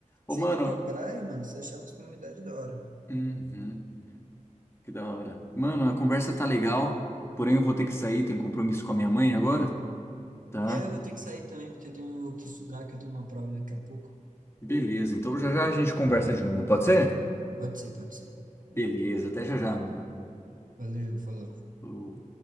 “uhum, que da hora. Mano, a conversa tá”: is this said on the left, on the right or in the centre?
Left